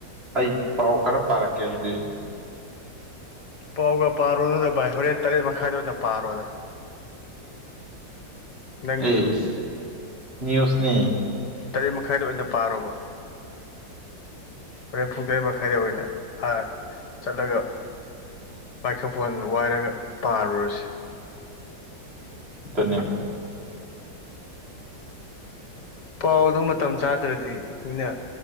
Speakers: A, on the right (about 30°); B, on the left (about 65°).
A: ꯑꯩ ꯄꯥꯎ ꯈꯔ ꯄꯥꯔꯛꯀꯦ ꯑꯗꯨꯗꯤ
B: ꯄꯥꯎꯒ ꯄꯥꯔꯣꯅꯗ ꯚꯥꯏ ꯍꯣꯔꯦꯟ ꯇꯔꯦꯠ ꯃꯈꯥꯏꯗ ꯑꯣꯏꯅ ꯄꯥꯔꯣꯗ ꯅꯪꯒꯤꯗꯨ
A: ꯏꯁ ꯅꯤꯌꯨꯁꯅꯤ
B: ꯇꯔꯦꯠ ꯃꯈꯥꯏꯗ ꯑꯣꯏꯅ ꯄꯥꯔꯣꯕ ꯍꯣꯔꯦꯟ ꯄꯨꯡ ꯗ꯭ꯔꯦ ꯃꯈꯥꯏꯗ ꯑꯣꯏꯅꯥ ꯍꯥ ꯆꯠꯂꯒ ꯄꯥꯏꯈꯄꯣꯟ ꯋꯥꯏꯔꯒ ꯄꯥꯔꯨꯔꯁꯦ
A: ꯗꯨꯅꯤ
B: ꯄꯥꯎ ꯑꯗꯨ ꯃꯇꯝ ꯆꯥꯗ꯭ꯔꯗꯤ ꯃꯤꯅ